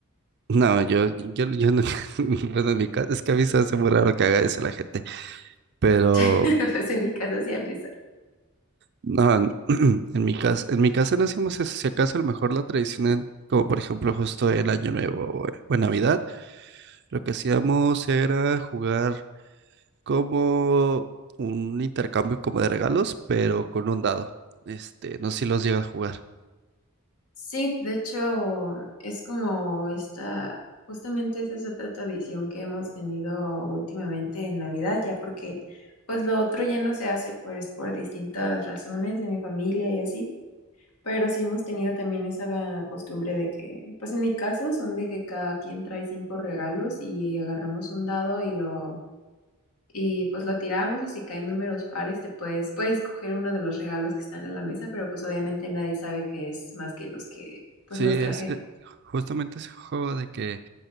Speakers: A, on the right; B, on the left.
A: No, yo, yo, yo no, <laughs> bueno, en mi caso, es que a mí se hace muy raro que haga eso la gente, pero
B: <laughs> Pues en mi casa hacían eso.
A: no, en, <clears throat> en mi casa, en mi casa no hacíamos eso, si acaso a lo mejor la tradición, en- como por ejemplo justo el Año Nuevo o, o en Navidad, lo que hacíamos era jugar como un intercambio como de regalos, pero con un dado, este, no sé si los llega a jugar.
B: Sí, de hecho, es como esta, justamente esa es otra tradición que hemos tenido últimamente en Navidad, ya porque pues lo otro ya no se hace pues por distintas razones de mi familia y así, pero sí hemos tenido también esa costumbre de que, pues en mi caso son de que cada quien trae cinco regalos y agarramos un dado y lo y pues lo tiramos y si caen números pares te puedes, puedes escoger uno de los regalos que están en la mesa, pero pues obviamente nadie sabe qué es más que los que pues
A: Sí,
B: los
A: es,
B: trajeron.
A: es justamente ese juego de que